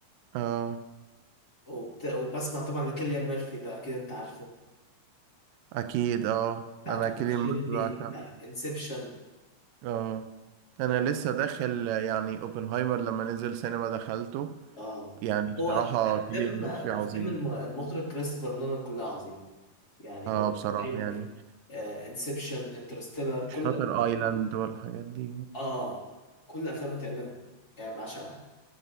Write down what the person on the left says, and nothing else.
وبت... وبسمع طبعا لكيليان ميرفي ده اكيد انت عارفه
بتاع
توماس
شيلبي
بتاع انسبشن
اه
هو افلام
افلام
الم- المخرج كريستوفر نولان كلها عظيمه يعني
اوبنهايمر
آه، انسبشن انترستيلر كل
الافلام دي
اه كل افلامه تقريبا يعني بعشقها